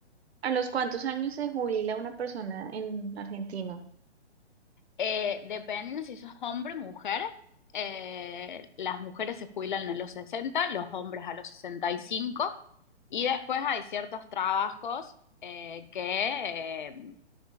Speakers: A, on the right; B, on the left.
A: ¿A los cuántos años se jubila una persona en Argentina?
B: Eh, dependiendo si sos hombre o mujer, eh, las mujeres se jubilan a los sesenta los hombres a los 65, y cinco, y después hay ciertos trabajos eh, que... eh,